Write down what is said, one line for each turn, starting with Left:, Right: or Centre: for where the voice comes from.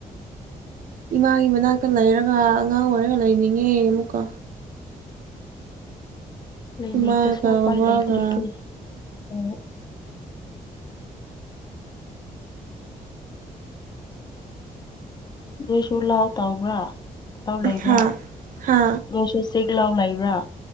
Right: ꯏꯃꯥꯒꯤ ꯃꯅꯥꯛꯇ ꯂꯩꯔꯒ ꯑꯉꯥꯡ ꯑꯣꯏꯔꯒ ꯂꯩꯅꯤꯡꯉꯦ ꯑꯃꯨꯛꯀꯣ
Left: ꯂꯩꯅꯤꯡꯗ꯭ꯔꯁꯨ
Right: ꯍꯃꯒ
Left: ꯎꯄꯥꯏ
Right: ꯕꯥꯒ
Left: ꯂꯩꯇ꯭ꯔꯦꯅꯦ ꯍꯣꯏ ꯅꯣꯏꯁꯨ ꯂꯥꯎ ꯇꯥꯎꯕ꯭ꯔꯥꯤ ꯂꯥꯎ ꯂꯩꯕ꯭ꯔꯥ
Right: ꯍꯥ ꯍꯥ
Left: ꯅꯣꯏꯁꯨ ꯆꯤꯛ ꯂꯥꯎ ꯂꯩꯕ꯭ꯔꯥ